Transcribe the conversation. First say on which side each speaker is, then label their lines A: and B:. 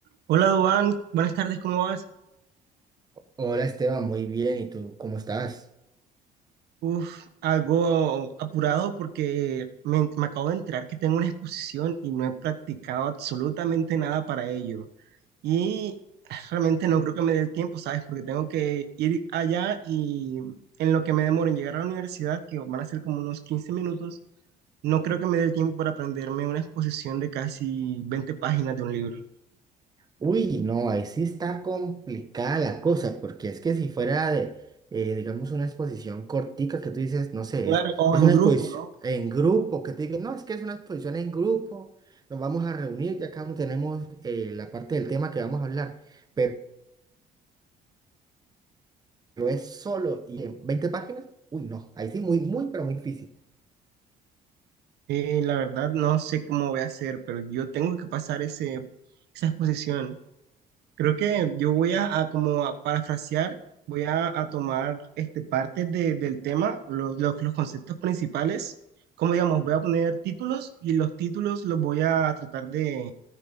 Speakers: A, on the right; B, on the right.
A: Hola, Dubán. Buenas tardes, ¿cómo vas?
B: Hola Esteban, muy bien. ¿Y tú cómo estás?
A: Uf, algo apurado porque me, me acabo de enterar que tengo una exposición y no he practicado absolutamente nada para ello. Y realmente no creo que me dé el tiempo, ¿sabes? Porque tengo que ir allá y en lo que me demoro en llegar a la universidad, que van a ser como unos 15 minutos, no creo que me dé el tiempo para aprenderme una exposición de casi 20 páginas de un libro.
B: Uy, no, ahí sí está complicada la cosa, porque es que si fuera de, eh, digamos, una exposición cortica que tú dices, no sé,
A: Claro,
B: es,
A: o
B: es
A: en
B: una
A: grupo,
B: exposición
A: ¿no?
B: en grupo, que te digan, no, es que es una exposición en grupo, nos vamos a reunir, ya cada uno tenemos eh, la parte del tema que vamos a hablar, pero, pero es solo y en 20 páginas, uy, no, ahí sí, muy, muy, pero muy difícil.
A: Eh, la verdad no sé cómo voy a hacer, pero yo tengo que pasar ese, esa exposición. Creo que yo voy a, a como a parafrasear, voy a, a tomar este, partes de- del tema, los, los, los conceptos principales. Como digamos, voy a poner títulos y los títulos los voy a tratar de,